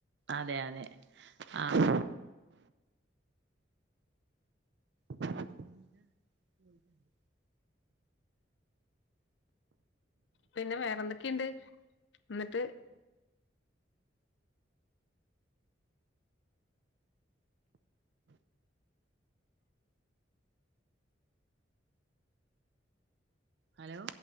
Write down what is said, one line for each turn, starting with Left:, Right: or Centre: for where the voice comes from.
Right: അതെ അതെ ആഹ് <inaudible> പോയിറ്റ് ണ്ട്
Left: പിന്നെ വേറെ എന്തൊക്കിണ്ട്? ഇന്നട്ട്
Right: ഹലോ